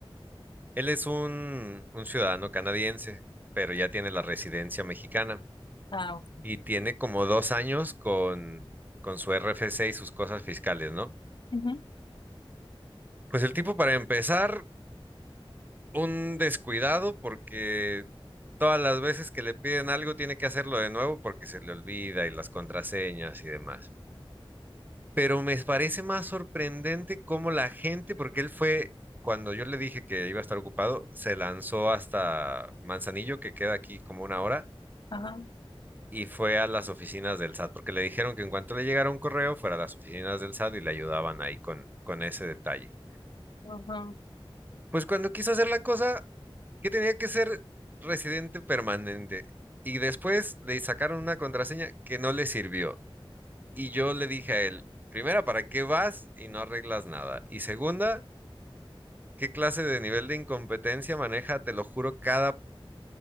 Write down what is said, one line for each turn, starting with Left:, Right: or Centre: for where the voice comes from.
Right: Él es un, un ciudadano canadiense, pero ya tiene la residencia mexicana
Left: Ah, ok.
Right: y tiene como dos años con, con su RFC y sus cosas fiscales, ¿no?
Left: Ujú.
Right: Pues el tipo, para empezar, un descuidado porque todas las veces que le piden algo tiene que hacerlo de nuevo porque se le olvida y las contraseñas y demás. pero me parece más sorprendente cómo la gente, porque él fue, cuando yo le dije que iba a estar ocupado, se lanzó hasta Manzanillo, que queda aquí como una hora,
Left: Ajá.
Right: y fue a las oficinas del SAT, porque le dijeron que en cuanto le llegara un correo, fuera a las oficinas del SAT y le ayudaban ahí con, con ese detalle.
Left: Ujú.
Right: Pues cuando quiso hacer la cosa, que tenía que ser residente permanente, y después le sacaron una contraseña que no le sirvió. Y yo le dije a él, primera, ¿para qué vas y no arreglas nada? Y segunda, ¿Qué clase de nivel de incompetencia maneja, te lo juro, cada